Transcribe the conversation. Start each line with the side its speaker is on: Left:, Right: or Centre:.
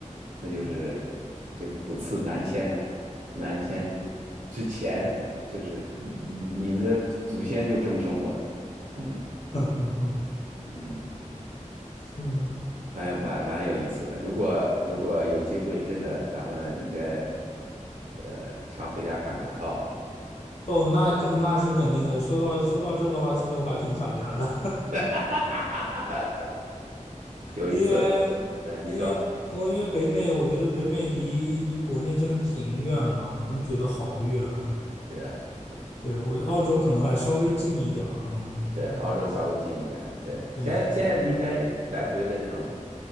Right: 那就是这五次南迁，
Left: 嗯，
Right: 南迁之前就是嗯你们的祖先就这么生活的。”嗯
Left: 哼哼哼，
Right: 嗯，
Left: 是的，
Right: 蛮有蛮蛮有意思的。如果如果有机会，真的咱们应该呃常回家看看哈。
Left: 哦，那肯那是肯定的。说到说到这儿的话，其实我还挺想家的。
Right: <laughs> 哈，有一次，
Left: 因为
Right: 呃，你说
Left: 因为我因为北美，我觉得北美离离国内真的挺远的，我真觉得好远啊。
Right: 是是
Left: 对，我觉得澳洲可能还稍微近一点儿啊嗯嗯，
Right: 是，澳洲稍微近一点，对，
Left: 对，
Right: 现在现在应该来回的这种